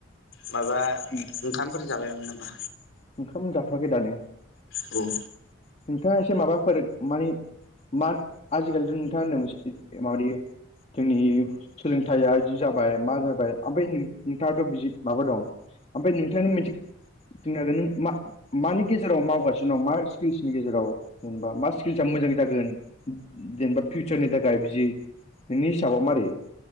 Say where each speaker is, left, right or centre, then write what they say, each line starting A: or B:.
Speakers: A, on the left; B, on the left.
A: माबा
B: उम,
A: ओंखामफोर जाबायमोन नामा?
B: ओंखाम जाथ'वाखै दानो
A: औ
B: नोंथाङा एसे माबा फोर माने मा आजिखालिथ' नोंथाङा होनदों माबादि जोंनि सोलोंथाइया जि जाबाय मा जाबाय ओमफ्राय नोंथाङाथ' बि माबा दं ओमफ्राय नोंथांनो मोनसे नों मा मानि गेजेराव मावगासिनो दं मा स्किल्सनि गेजेराव जेनेबा मा स्किल्सआ मोजां जागोन जेनेबा फिउचारनि थाखाय बिदि नोंनि हिसाबाव मारै